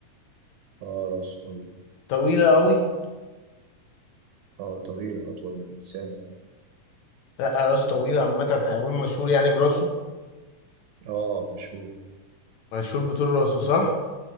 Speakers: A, on the right; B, on the left.
A: اه راسه طويل
B: طويلة أوي
A: اه طويل أطول من الإنسان
B: لا راسه طويلة عامة حيوان مشهور يعني براسه
A: اه مشهور
B: مشهور بطول راسه صح